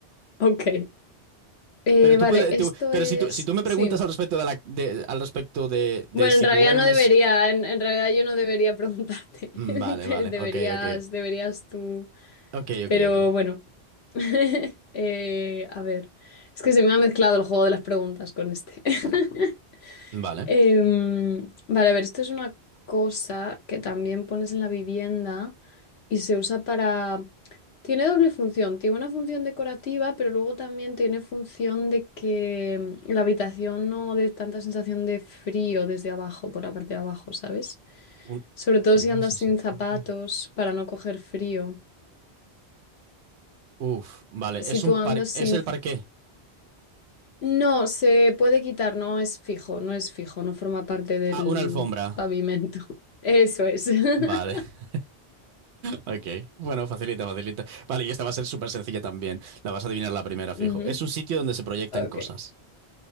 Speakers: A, on the left (about 70°); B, on the right (about 80°).
A: Ok. Eh,
B: Pero tú
A: vale,
B: puedes,
A: esto
B: tú- pero
A: es.
B: si tú, si tú me preguntas
A: Sí.
B: al respecto de la, de- al respecto de, de
A: Bueno,
B: si
A: en realidad
B: duermes.
A: no debería, en, en realidad yo no debería preguntarte.
B: Mm,
A: <laughs>
B: Vale,
A: Pe-
B: vale,
A: Deberías,
B: ok, ok.
A: deberías tú.
B: Ok,
A: Pero
B: ok, ok.
A: bueno. <laughs> Eh, a ver, es que se me ha mezclado el juego de las preguntas con este. <laughs>
B: Vale.
A: Em, vale, a ver, esto es una cosa que también pones en la vivienda y se usa para... Tiene doble función, tiene una función decorativa, pero luego también tiene función de que mm, la habitación no dé tanta sensación de frío desde abajo, por la parte de abajo, ¿sabes?
B: Un-
A: Sobre todo
B: ¿Qué no
A: si andas
B: es esa
A: sin
B: sensación?
A: zapatos para no coger frío.
B: Uf, vale,
A: Si
B: es
A: tú
B: un par,
A: andas sin...
B: es el parqué.
A: No, se puede quitar, no es fijo, no es fijo, no forma parte del
B: Ah, una alfombra.
A: pavimento. <laughs> Eso es.
B: Vale.
A: <laughs>
B: <laughs> Ok. Bueno, facilita, facilita. Vale, y esta va a ser súper sencilla también. La vas a adivinar la primera,
A: Ujú,
B: fijo. Es un sitio donde se proyectan
A: Ok.
B: cosas.